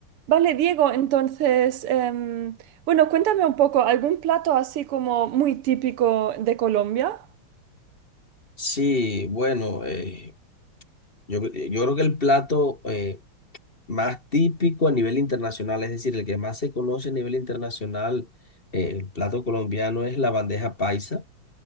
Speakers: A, on the right (about 80°); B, on the left (about 25°).
A: Vale, Diego, entonces, em, bueno, cuéntame un poco, ¿algún plato así como muy típico de Colombia?
B: Sí, bueno, eh, yo, yo creo que el plato eh, más típico a nivel internacional, es decir, el que más se conoce a nivel internacional, eh, el plato colombiano es la bandeja paisa.